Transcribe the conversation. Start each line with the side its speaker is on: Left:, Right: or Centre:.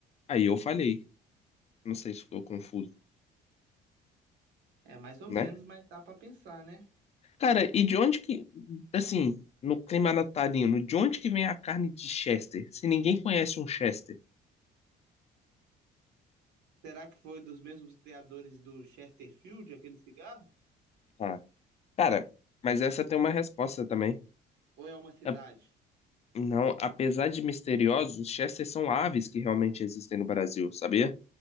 Left: aí eu falhei. Não sei se ficou confuso,
Right: É, mais ou
Left: né?
Right: menos, mas dá pra pensar, né?
Left: Cara, e de onde que, assim, no clima natalino, de onde que vem a carne de Chester? Se ninguém conhece um Chester.
Right: Será que foi dos mesmos criadores do Chesterfield, aquele cigarro?
Left: Ah, cara, mas essa
Right: Ou
Left: tem uma
Right: é,
Left: resposta também.
Right: ou é uma cidade?
Left: A- Não, apesar de misteriosos, os Chesters são aves que realmente existem no Brasil, sabia?